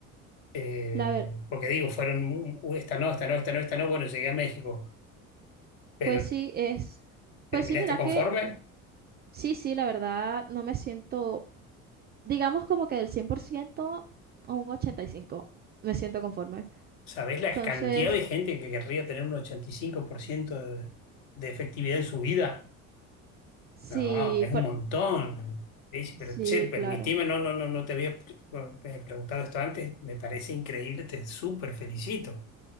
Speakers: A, on the left; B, on the right.
A: eh,
B: la ver,
A: porque digo, fueron, "Uh, esta no, esta no, esta no, esta no, bueno, llegué a México, pero
B: pues sí es,
A: ¿terminaste
B: pues sí, mira
A: conforme?
B: que sí, sí, la verdad no me siento, digamos como que del 100% a un ochenta y cinco me siento conforme.
A: ¿Sabés la
B: Entonces,
A: cantidad de gente que querría tener un 85% de, de efectividad en su vida?
B: sí,
A: No, es un
B: por,
A: montón. Le dice,
B: sí,
A: pero che, permitime,
B: claro.
A: no, no, no, no te había bueno, eh, preguntado esto antes. Me parece increíble, te súper felicito.